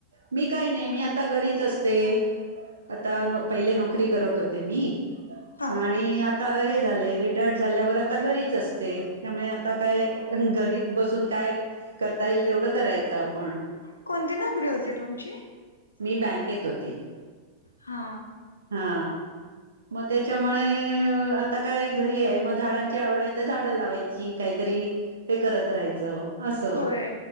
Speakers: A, on the right (about 75°); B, on the left (about 80°).
A: मी काय नाही मी आता घरीच असते. आता पहिले नोकरी करत होते मी
B: हा
A: आणि आता हे झाले रिटायर्ड झाल्यावर आता घरीच असते. त्यामुळे आता काय घरीत बसून काय करता येईल तेवढं करायचं आपण.
B: कोणती नोकरी होती तुमची?
A: मी बँकेत होते.
B: हा
A: हा मग त्याच्यामुळे आता काय घरी आहे मग झाडांची आवड आहे तर झाडं लावायची. काहीतरी हे करत राहायचं. असं
B: होय